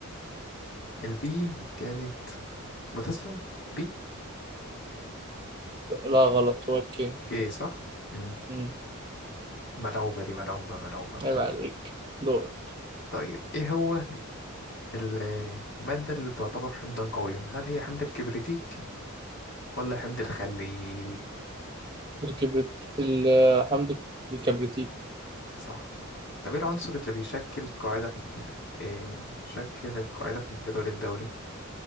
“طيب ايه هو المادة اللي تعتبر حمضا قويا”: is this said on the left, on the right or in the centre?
Left